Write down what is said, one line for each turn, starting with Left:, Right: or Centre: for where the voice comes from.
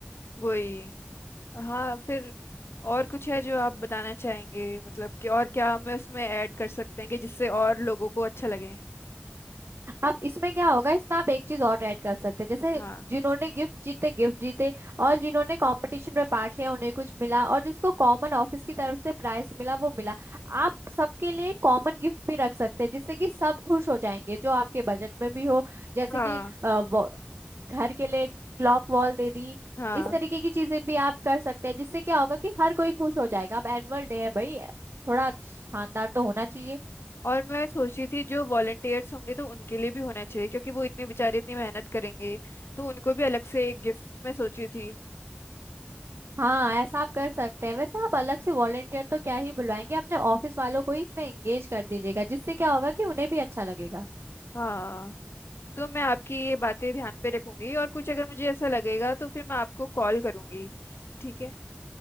Left: वही हाँ फिर और कुछ है जो आप बताना चाहेंगे मतलब कि और क्या हमें उसमें ऐड कर सकते हैं कि जिससे और लोगों को अच्छा लगे
Right: अब इसमें क्या होगा इसमें आप एक चीज और ऐड कर सकते हैं जैसे
Left: हाँ
Right: जिन्होंने गिफ्ट जीते गिफ्ट जीते और जिन्होंने कंपटीशन में पार्ट लिया उन्हें कुछ मिला और जिसको कॉमन ऑफिस की तरफ से प्राइस मिला वो मिला आप सबके लिए कॉमन गिफ्ट भी रख सकते हैं जिससे कि सब खुश हो जाएंगे जो आपके बजट में भी हो जैसे
Left: हाँ
Right: कि अ, वो- घर के लिए क्लॉक वॉल दे दी
Left: हाँ
Right: इस तरीके की चीजें भी आप कर सकते हैं जिससे क्या होगा कि हर कोई खुश हो जाएगा अब एनुअल डे है भाई थोड़ा शानदार तो होना चाहिए
Left: और मैं सोच रही थी जो वॉलंटियर्स होंगे तो उनके लिए भी होना चाहिए क्योंकि वो इतने बेचारे इतनी मेहनत करेंगे तो उनको भी अलग से एक गिफ्ट मैं सोची थी
Right: हाँ ऐसा आप कर सकते हैं वैसे आप अलग से वॉलेंटियर तो क्या ही बुलवाएंगे अपने ऑफिस वालों को ही इसमें एंगेज कर दीजिएगा जिससे क्या होगा कि उन्हें भी अच्छा लगेगा
Left: हाँ तो मैं आपकी ये बातें ध्यान पे रखूंगी और कुछ अगर मुझे ऐसा लगेगा तो फिर मैं आपको कॉल करूंगी ठीक है